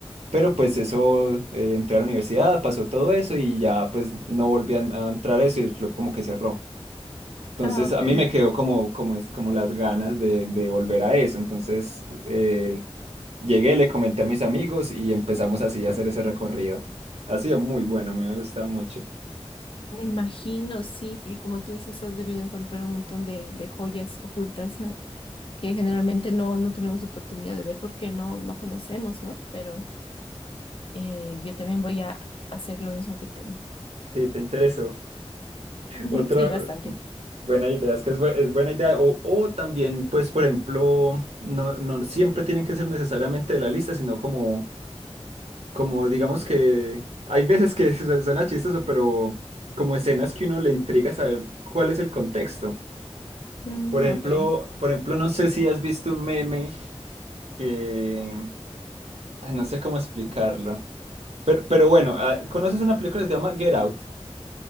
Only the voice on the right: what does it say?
Pero pues eso, eh, entré a la universidad, pasó todo eso y ya pues no volví a, a entrar a eso y el club como que cerró. Entonces
a mí me quedó como, como, es- como las ganas de, de volver a eso. Entonces eh, llegué, le comenté a mis amigos y empezamos así a hacer ese recorrido. Ha sido muy bueno, a mí me gusta mucho.
Sí, te interesó.
Otra
buena idea, es que es, bu- es buena idea. O, o también, pues, por ejemplo, no, no siempre tienen que ser necesariamente de la lista, sino como, como digamos que hay veces que <laughs> su- suena chistoso, pero como escenas que uno le intriga saber cuál es el contexto.
Por ejemplo,
por ejemplo, no sé si has visto un meme que ah, no sé cómo explicarlo. Pero, pero bueno, ah, ¿conoces una película que se llama Get Out?